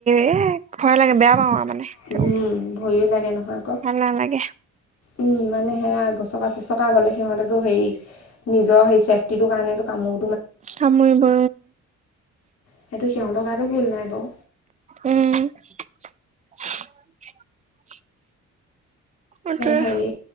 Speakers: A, on the right; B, on the left.
A: এ ভয় লাগে বেয়া পাও আৰু মানে
B: উম
A: তেও
B: ভয়ো লাগে নহয় আকৌ
A: ভাল নালাগে।
B: উম, মানে সেয়া গচকা চচকা গলে সিহতেকো হেৰি নিজৰ সেই চেফটিটোৰ কাৰণটো কামোৰ
A: কামৰিব।
B: সেইটো সিহতকাতটো ভুল নাই বও
A: উম <unintelligible> সেইটোৱে
B: হেৰি